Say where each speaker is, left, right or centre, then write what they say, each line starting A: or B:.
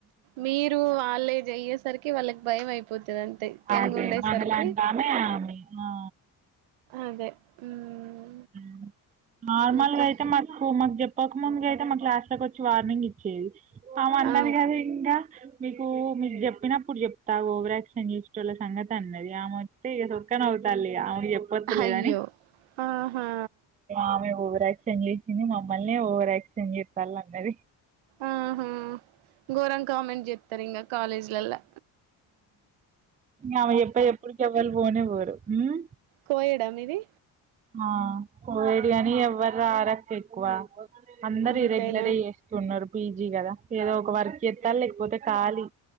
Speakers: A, on the right; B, on the right.
A: మీరు వాళ్ళ ఎ ఏజ్ అయ్యే సరికి వాళ్ళకి భయం అయిపోతది తే ఎంగ్
B: అదే
A: ఉండే
B: మనలాంటి
A: సరికి
B: ఆమె ఆమె ఆ
A: అదే ఉమ్
B: ఉం నార్మల్
A: ఇంకా
B: గా అయితే మాకు మాకు చెప్పక ముందుకైతే మా క్లాస్ లోకి వచ్చి వార్నింగ్ ఇచ్చేది అమ అన్నది
A: ఆ
B: కనీ ఇంకా మీకు మీరు చెప్పినప్పుడు చెప్తా ఓవరాక్షన్ చేసేటోళ్లు సంగతి అన్నది ఆ మొత్తే ఇక సొక్కన తల్లిఇగ ఆమెకి చెప్పత్త లేదని
A: అయ్యో ఆహా
B: ఆమె ఓవర్ ఓవర్ కరెక్షన్ చేసింది మమ్మల్నే ఓవర్ యాక్షన్ చేస్తాల అన్నది
A: ఆహ గోరంగా కామెంట్స్ చెత్తరిగ కాలేజీ లల్లా
B: ఆమె చెప్పే చెపుడుకు ఎవ్వలు పోనే పోరు ఉం
A: కోఏడ్ ఆ మీది
B: ఆ కోవిడ్ గని ఎవ్వరు రారు అక్క ఎక్కువ అందరు
A: అంతేనా
B: ఇరరెగ్యులర్ చేస్తున్నారు పీజీ కదా ఏదో ఒక వర్క్ చేత్తల్ లేకపోతే కాలి